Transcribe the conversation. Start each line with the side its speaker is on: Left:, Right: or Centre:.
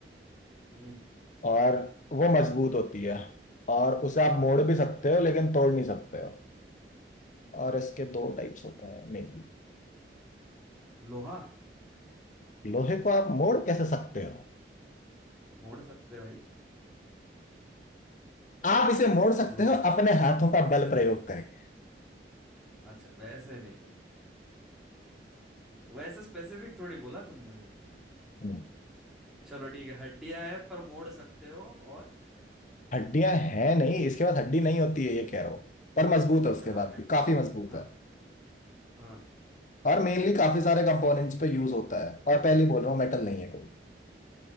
Centre: हम्म
Left: और वो मजबूत होती है और उसे आप मोड़ भी सकते हो लेकिन तोड़ नहीं सकते हो और इसके दो टाइप्स होते हैं मेनली
Centre: लोहा
Left: लोहे को आप मोड़ कैसे सकते हो
Centre: मोड़ सकते हैं भाई
Left: आप इसे मोड़ सकते
Centre: लोहा
Left: हो अपने हाथों का बल प्रयोग करके
Centre: अच्छा वैसे नहीं भाई वैसे स्पेसिफिक थोड़ी बोला तुमने भाई
Left: हम्म,
Centre: चलो ठीक है हड्डियां है पर मोड़ सकते हो और
Left: हड्डियां हैं नहीं इसके पास हड्डी नहीं होती है ये कह रहा हूं पर मजबूत
Centre: अच्छा
Left: है उसके
Centre: हाँ
Left: बाद
Centre: हड
Left: भी काफी मजबूत
Centre: हाँ
Left: है
Centre: हाँ हाँ,
Left: और मेनली काफी सारे कंपोनेंट्स पे यूज होता है और पहले ही बोल रहा हूँ मेटल नहीं है कोई